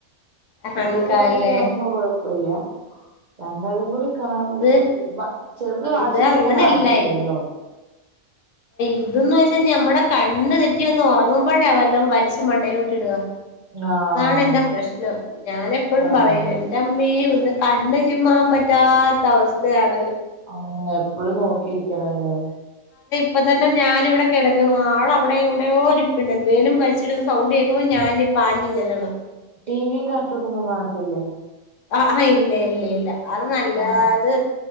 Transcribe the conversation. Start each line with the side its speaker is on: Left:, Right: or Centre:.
Left: അഹങ്കാല്ലേ
Right: ഒറ്റക്ക് ഒറ്റക്ക ആവുമ്പോഴ വല്ല രണ്ടാളും കൂടി കാണുമ്പോ
Left: ഇത്
Right: ചെറുത് വാശി
Left: ഇത്
Right: പിിടിക്കൻ
Left: അങ്ങനല്ല
Right: ആയിട്ടില്ലല്ലോ
Left: ഇതന്ന് വെച്ചാ നമ്മടെ കണ്ണ് തെറ്റി വന്ന് ഉറങ്ങുമ്പോഴാ വല്ലാം വലിച്ചച്ച് മണ്ടയില ഇട്ടി ഇടുക
Right: ആഹ്
Left: അതാണ് എന്റെ പ്രശ്നം ഞാൻ എപ്പോഴും
Right: ആഹ്
Left: പറയൂ
Right: ആഹ്
Left: എന്റെ അമ്മ കണ്ണു ചിമ്മാൻ പറ്റാത്ത അവസ്ഥയാണ്.
Right: ആ എപ്പോഴും നോക്കിരിക്കണല്ലേ
Left: ഇപ്പ തന്നെ ഞാാനിവിടെ കിടക്കണം ആൾവിടെ ഇവിടെയോ ഇരിപ്പ എന്തെേലും വരിച്ചിടുുന്ന സൗണ്ട് കേൾക്കുമ്പോൾ ഞാനി പാഞ്ഞ് ചെല്ലണം
Right: ടിവിയും കാർട്ടൂണ ഒന്നും കാണത്തില്ലേ
Left: ആ ആഹ ഇല്ലേ ഇല്ല ഇല്ല അത് നല്ലത്
Right: ആഹ്